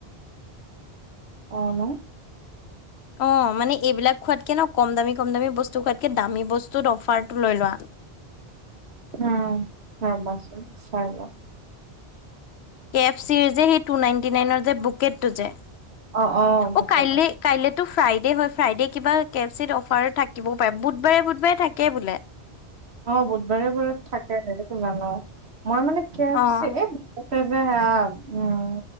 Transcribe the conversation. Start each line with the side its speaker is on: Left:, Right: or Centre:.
Right: অ ন।
Left: অ মানে এইবিলাক খোৱাতকে ন কম দামী কম দামী বস্তু খোৱাতকে দামী বস্তুত অফাৰ টো লৈ লোৱা।
Right: উম, ৰবাচোন চাই ল‌ও।
Left: কে এফ চিৰ যে সেই টু নাইনটি নাইনৰ যে বুকেটটো যে,
Right: অ' বুকেটো
Left: অ কাইলে - কাইলেতো ফ্ৰাইডে হয় ফ্ৰাইডে কিবা কে এফ চিত অফাৰ থাকিবও পাৰে। বুধবাৰে বুধবাৰে থাকে বোলে।
Right: অ বুধবাৰে বাৰত থাকে, সেইটো জানো। মই মানে কে এফ
Left: অ
Right: চি এই - ততে যে হেয়া উম